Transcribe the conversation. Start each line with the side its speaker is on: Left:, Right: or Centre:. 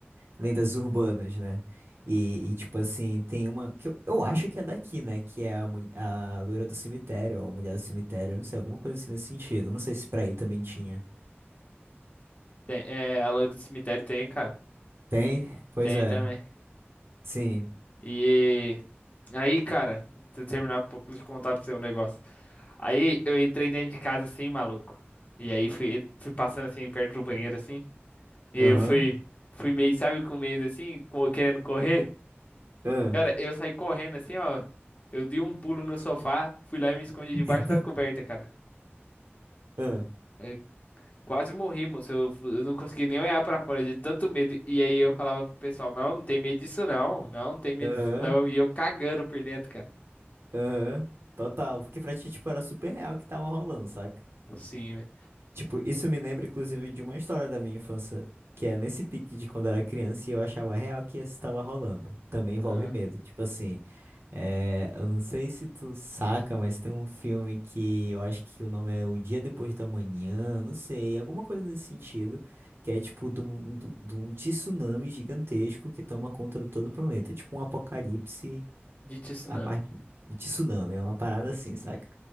Right: lendas urbanas, né? E, e, tipo assim, tem uma que eu, eu acho que é daqui, né? Que é a, mul- a loira do cemitério, ou a mulher do cemitério, não sei, alguma coisa assim nesse sentido. Não sei se pra aí também tinha.
Left: tem- é, a loira do cemitério tem, cara.
Right: Tem? Pois
Left: Tem
Right: é.
Left: também.
Right: Sim.
Left: E aí, cara, se eu terminar pra- de contar pra você um negócio. Aí eu entrei dentro de casa assim, maluco. E aí fui, fui passando assim, perto do banheiro, assim. E aí
Right: Aham.
Left: eu fui, fui meio, sabe, com medo assim, co- querendo correr.
Right: Ah.
Left: Cara, eu saí correndo assim, ó. Eu dei um pulo no sofá, fui lá e me escondi debaixo
Right: <laughs>
Left: da coberta, cara.
Right: Ah.
Left: Eu quase morri, moço. Eu, fu- eu não consegui nem olhar pra fora de tanto medo. E aí eu falava pro pessoal, não, não tem medo disso não. Não, não tem medo
Right: Aham.
Left: disso não. E eu cagando por dentro, cara.
Right: Aham. Total. Porque pra ti, tipo, era super real o que tava rolando, saca?
Left: Sim, velho.
Right: Tipo, isso me lembra, inclusive, de uma história da minha infância, que é nesse pique de quando eu era criança e eu achava real que isso estava rolando. Também envolve
Left: Ah,
Right: medo. Tipo assim, é, eu não sei se tu saca, mas tem um filme que eu acho que o nome é O Dia Depois da Manhã, não sei, alguma coisa nesse sentido, que é tipo de um, de um de um tsunami gigantesco que toma conta de todo o planeta. É tipo um apocalipse
Left: de tsunami.
Right: a parte de tsunami, é uma parada assim, saca?